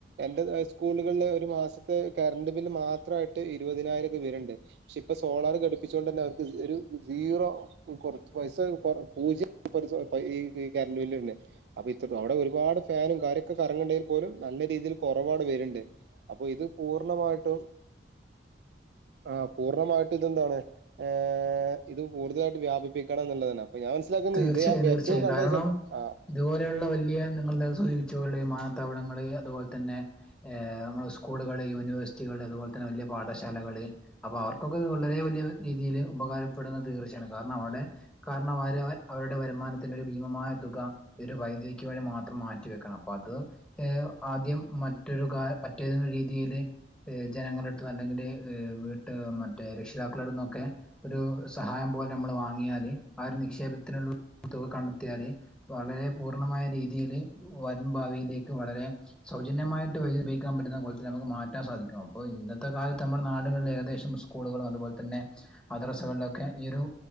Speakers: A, on the right; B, in the centre.
A: എന്റത് സ്കൂളുകളില് ഒരു മാസത്തെ കറണ്ട് ബില്ല് മാത്രായിട്ട് ഇരുപതിനായിരൊക്കെ വെര്ണ്ട്. പക്ഷെ ഇപ്പൊ സോളാറ് ഘടിപ്പിച്ചോണ്ടെന്നെ അവർക്ക് ഒരു സീറോ കൊർച് പൈസ കൊർ പൂജ്യ <unintelligible> ഈ ഈ കറണ്ട് ബില്ല് വെര്നെ. അപ്പൊ ഇത്ര അവിടെ <unintelligible> ഒരുപാട് ഫാനും കാര്യൊക്കെ കറങ്ങ്ണ്ടെേൽ പോലും നല്ല രീതിയിൽ കൊറവൗടെ വര്ണ്ട്. അപ്പോ ഇത് പൂർണ്ണമായിട്ടും ആഹ് പൂർണ്ണമായിട്ടും ഇതെന്താണ് ഏഹ് ഇത് കൂടുതലായിട്ട് വ്യാപിപ്പിക്കണംന്ന്ള്ളതാണ്. അപ്പൊ ഞാൻ മനസ് മനസ്സിലാക്കുന്നത്
B: തീർച്ചയായും
A: ഇത് ഞാൻ
B: തീർച്ചയായും
A: ഏറ്റവും കണ്ട
B: കാരണം
A: <unintelligible> ആഹ്
B: ഇതുപോലെയുള്ള വലിയ നിങ്ങള് സൂചിപ്പിച്ച പോലുള്ള വിമാനത്താവളങ്ങള് അതുപോലെ തന്നെ ഏഹ് നമ്മളെ സ്കൂളുകള്, യൂണിവേഴ്സിറ്റികള്, അതുപോലെത്തന്നെ വലിയ പാഠശാലകള് അപ്പൊ അവർക്കൊക്കെ ഇത് വളരെ വലിയ രീതിയില് ഉപകാരപ്പെടുന്നത് തീർച്ചയാണ് കാരണം, അവടെ കാരണം <unintelligible> അവരുടെ വരുമാനത്തിന്റെ ഒരു ഭീമമായ തുക ഈ ഒരു വൈദ്യുതിക്ക് വേണ്ടി മാത്രം മാറ്റി വെക്കണം. അപ്പൊ അത് ഏർ ആദ്യം മറ്റൊരു കാ മറ്റൊരു രീതിയില് ഏഹ് ജനങ്ങളെട്ത്തു അല്ലെങ്കില് വീട്ട് മറ്റേ രക്ഷിതാക്കളെട്ത്ത്ന്നൊക്കെ ഒരു സഹായം പോലെ നമ്മള് വാങ്ങിയാല്, ആ ഒരു നിക്ഷേപത്തിനുള്ള തുക കണ്ടെത്തിയാല് വളരെ പൂർണ്ണമായ രീതിയില് വരും ഭാവിയിലേക്ക് വളരെ സൗജന്യമായിട്ട് വൈദ്യുതി ഉപയോഗിക്കാൻ പറ്റുന്ന കോലത്തില്നമുക്ക് മാറ്റാൻ സാധിക്കണം. അപ്പോ ഇന്നത്തെ കാലത്ത് നമ്മുടെ നാടുകളില് ഏകദേശം സ് സ്കൂളുകളും അതുപോലെത്തന്നെ മദ്രസകളിലൊക്കെ ഈ ഒരു